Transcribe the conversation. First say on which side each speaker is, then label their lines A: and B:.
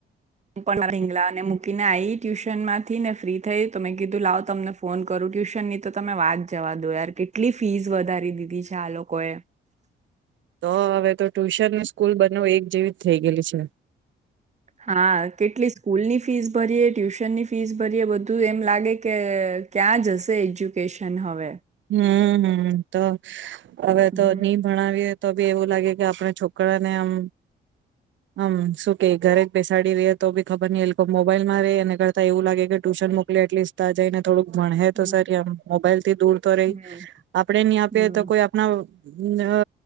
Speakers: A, on the right; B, on the right.
A: હું પણ મા શિંગલાને મૂકીને આઈ ટ્યુશન માંથી ને ફ્રી થઈ તો મેં કીધું લાવ તમને ફોન કરું ટ્યુશન ની તો તમે વાત જવા દો યાર કેટલી ફીસ વધારી દીધી છે આ લોકોએ.
B: તો હવે તો ટુશન સ્કૂલ બનવું એક જેવી જ થઈ ગયેલી છે.
A: હા કેટલી સ્કૂલની ફીસ ભરીએે ટ્યુશનની ફીસ ભરીયએ બધું એમ લાગે કે ક્યાં જશે એજ્યુકેશન હવે.
B: હમ હમ તો. હવે
A: હમ
B: તો નહી ભણાવીએ. તો બી એવું લાગે કે આપણા છોકરાને આમ આમ શું કે ઘરે જ બેસાડી રે તો બી ખબર નઈ લોકો મોબાઈલ માં રે એ કરતા એવું લાગે કે. ટ્યુશન મોકલી એટલીસ્ટા જઈ ને થોડુંક ભણે
A: હમ
B: તો સર આમ મોબાઈલ થી દૂર. કરે
A: હમ
B: આપણેે નહી આપી
A: હમ
B: તો કોઈ આપણા અ